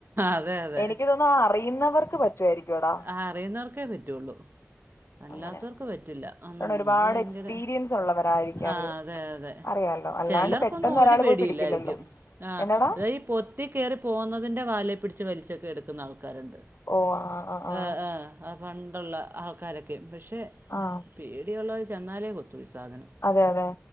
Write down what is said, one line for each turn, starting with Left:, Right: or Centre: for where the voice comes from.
Right: അതെ അതെ
Left: എനിക്ക് തോന്നുന്നു അറിയുന്നവർക്ക് പറ്റുവായിരിക്കുംടാ
Right: ആഹ് അറിയുന്നവർക്കേ പറ്റുള്ളു അല്ലാത്തവർക്ക്
Left: അങ്ങനെ
Right: പറ്റില്ല ഉം
Left: കാരണം ഒരുപാട്
Right: അത് ഭയങ്കര
Left: എക്സ്പീരിയൻസ് ഉള്ളവരായിരിക്കും
Right: ആഹ്
Left: അവര്
Right: അതെ അതെ
Left: അറിയാലോ അല്ലാണ്ട്
Right: ചിലർക്കൊന്നും
Left: പെട്ടെന്ന്
Right: ഒരു
Left: ഒരാൾ
Right: പെടിയുല്ലായിരിക്കും
Left: പോയി പിടിക്കില്ലല്ലോ
Right: ആഹ്
Left: എന്നടാ
Right: ഇത ഈ പൊത് ത്തി കേറി പോകുന്നതിൻ്റെ വാലേ പിടിച്ച് വലിച്ചൊക്കെ എടുക്കുന്ന ആൾക്കാരുണ്ട്
Left: ഓ ആ ആ ആ
Right: ഏഹ് ഏഹ് അത് പണ്ടുള്ള ആൾക്കാരൊക്കെ പക്ഷെ
Left: ആ
Right: പേടിയുള്ളവര് ചെന്നാലേ കൊത്തു ഈ സാധനം
Left: അതെ അതെ